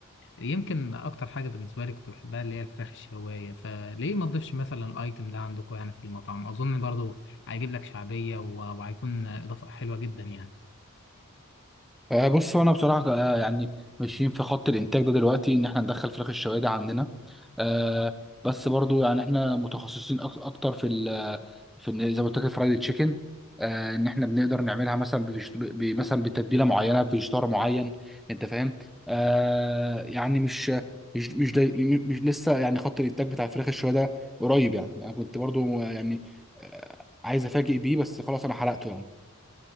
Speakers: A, on the left; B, in the centre.
A: يمكن أكتر حاجة بالنسبة لي كنت بحبها اللي هي الفراخ الشواية فليه ما تضيفش مثلا الأيتم ده عندكم يعني في المطعم أظن برضو هيجيب لك شعبية و- وهيكون إضافة حلوة جدا يعني
B: آه، بص هو انا بصراحه آه، يعني ماشيين في خط الانتاج ده دلوقتي ان احنا ندخل فراخ الشوادي عندنا آه، بس برضو يعني احنا متخصصين أك- اكتر في ال في إن- زي ما قلت لك الفرايد تشيكن آه، ان احنا بنقدر نعملها مثلا بفيج- ب- ب- مثلا بتتبيله معينه بفيجيتار معين انت فاهم آه، يعني مش مش مش, داي مش لسه يعني خط الانتاج بتاع الفراخ الشوايه قريب يعني انا كنت برضو آه، يعني آه، عايز افاجئ بيه بس خلاص انا حرقته يعني